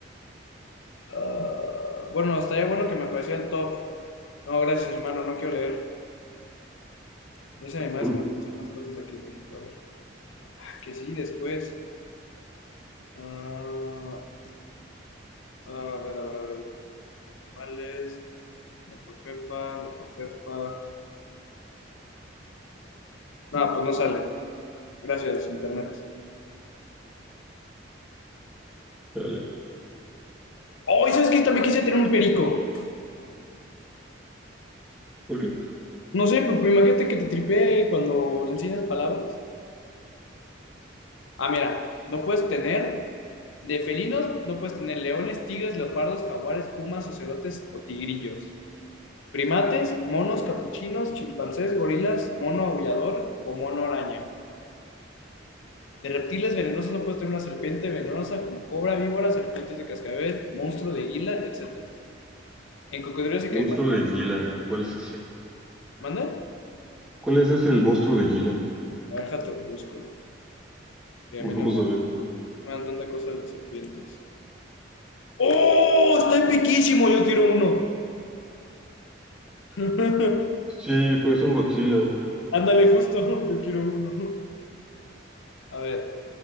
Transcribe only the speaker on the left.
Ah, bueno, estaría bueno que me apareciera el top. No, gracias, hermano, no quiero leer. Dice animales
que no pueden ser mascotas aquí en México. A ver, Ah, que sí, después. Ah, ah, a ver, a ver, a ver. Animales, la profepa, la profepa. Nada, pues no sale. Gracias, internet.
Oh, ¿y sabes que también quise tener un perico.
No sé, pues imagínate que te tripee cuando le enseñas palabras. Ah, mira, no puedes tener de felinos, no puedes tener leones, tigres, leopardos, jaguares, pumas, ocelotes o tigrillos. Primates, monos, capuchinos, chimpancés, gorilas, mono aullador o mono araña. De reptiles venenosos no puedes tener una serpiente venenosa como cobra, víbora, serpientes de cascabel, monstruo de guila, etcétera. En cocodrilos y caimanes,
¿manda?
A ver, jato, lo busco.
Que
a mí no
Me dan tanta cosa de las serpientes. ¡Oh! Está epiquísimo, yo quiero uno. <laughs>
Ándale, justo, yo quiero uno. A ver,